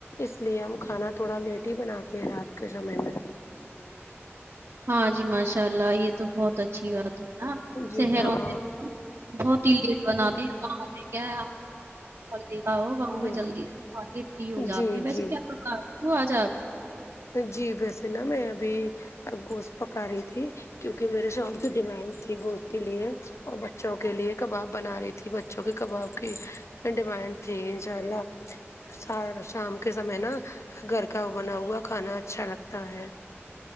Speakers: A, on the left; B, on the right.
A: اس لیے ہم کھانا تھوڑا لیٹ ہی بناتے ہیں رات کے سمے میں
B: ہاں جی ماشاء اللہ یہ تو بہت اچھی بات ہے نا
A: جی
B: شہروں
A: ہاں
B: میں بہت ہی لیٹ بناتے ہیں گاؤں میں کیا ہے آپ کے گا گاؤں
A: بالکل
B: میں جلدی آ کے فری ہو جاتے
A: جی
B: ہیں ویسے
A: جی
B: کیاوں آ جائےپ
A: جی ویسے نا میں ابھی گوشت پکا رہی تھی کیونکہ میرے شہر کی ڈیمانڈ تھی گوشت کے لیے اور بچوں کے لیے کباب بنا رہی تھی بچوں کے کباب کی ڈیمائنڈ تٹھیک ان شاء اللہ س شام کے سمے نا گھر کا بنا ہوا کھانا اچھا لگتا ہے